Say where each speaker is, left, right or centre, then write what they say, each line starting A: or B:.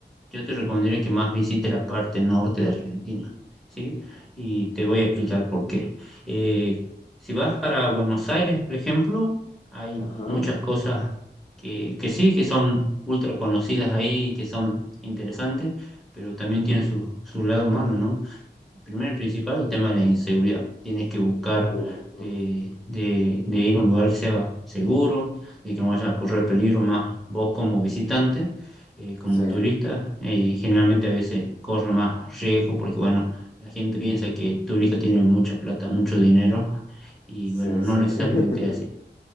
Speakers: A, in the centre; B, on the left.
A: yo te recomendaría que más visites la parte norte de Argentina, ¿sí? Y te voy a explicar por qué. Eh, si vas para Buenos Aires, por ejemplo, hay
B: Ajá.
A: muchas cosas que, que sí, que son ultra conocidas ahí, que son interesantes, pero también tienen su, su lado malo, ¿no? primero y principal, el tema de la inseguridad. Tienes que buscar
B: Uh,
A: de,
B: uh,
A: de- de ir a un lugar que sea seguro, de que no vayas a correr peligro más vos como visitante, eh, como
B: sí,
A: turista. eh, generalmente a veces corre más riesgo porque, bueno, la gente piensa que el turista tiene mucha plata, mucho dinero y,
B: sí,
A: bueno, no
B: sí.
A: necesariamente
B: <laughs>
A: es así.